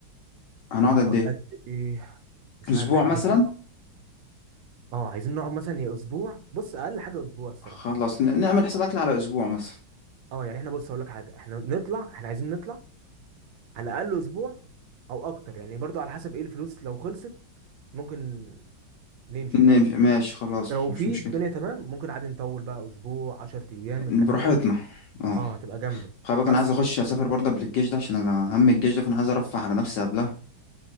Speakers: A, on the left; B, on the right.
A: هنقعد
B: هنقعد
A: قد ايه
B: قد ايه مش
A: اسبوع
B: عارف احنا
A: مثلا
B: عايزين اه عايزين نقعد مثلا يا اسبوع بص اقل حاجه اسبوع الصراحه
A: خلاص ن- نعمل حساب اكل على اسبوع مثلا
B: اه يعني احنا بص هقول لك حاجه احنا نطلع احنا عايزين نطلع على الاقل اسبوع او اكتر يعني برضو على حسب ايه الفلوس لو خلصت ممكن نمشي
A: نمشي
B: فاهم
A: ماشي خلاص
B: لو
A: مش
B: في
A: مشكلة
B: الدنيا تمام ممكن عادي نطول بقى اسبوع 10 ايام الكلام
A: براحتنا
B: ده
A: اه
B: اه هتبقى جامده
A: خلي بالك
B: بس
A: انا عايز اخش اسافر برضه قبل الجيش ده عشان انا هم الجيش ده فانا عايز ارفه على نفسي قبلها